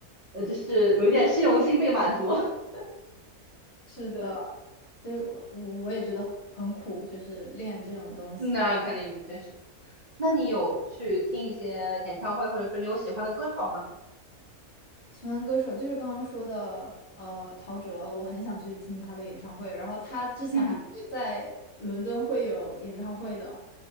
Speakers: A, on the right; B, on the left.
A: 呃，就是有一点虚荣心被满足。<laughs>
B: 是的，
A: 对，
B: 就是我我也觉得很苦，就是练这种东西。
A: 那肯定确实，那你有去听一些演唱会，或者说你有喜欢的歌手吗？
B: 喜欢歌手就是刚刚说的，呃，陶喆，我很想去听他的演唱会。然后他之前还会在伦敦会有演唱会的，
A: 嗯。